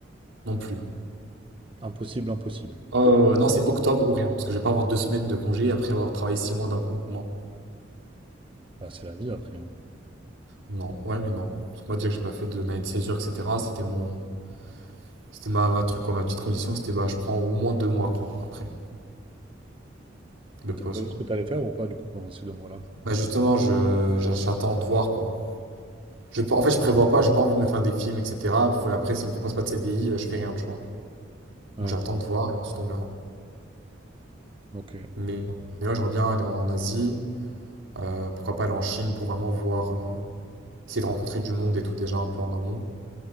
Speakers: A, on the right; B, on the right.
A: non plus.
B: Impossible, impossible.
A: Euh, non, c'est octobre ou rien, parce que je vais pas avoir deux semaines de congé après avoir travaillé six mois d'un coup. Non,
B: Bah, c'est la vie après. hein.
A: non, ouais, mais non. Parce que moi, déjà que j'ai pas fait de- d'année de césure, etc., c'était mon, c'était ma, ma truc, quoi, ma petite condition, c'était bah, je prends au moins deux mois, quoi, après, de
B: Donc,
A: pause,
B: T'as prévu
A: quoi.
B: ce que t'allais faire ou pas du coup pendant ces deux mois-là?
A: Bah, justement, je, j'a- j'attends de voir, quoi. Je, en fait, je prévois pas, j'ai pas envie de me faire des films, etc. Puis Après, s'ils me proposent pas de CDI, euh, je fais rien, tu vois.
B: Ouais,
A: Donc, j'attends de voir, et ensuite on verra.
B: donc euh,
A: Mais là, j'aimerais bien aller en Asie, euh, pourquoi pas aller en Chine pour vraiment voir, euh, essayer de rencontrer du monde et tout déjà un peu en amont,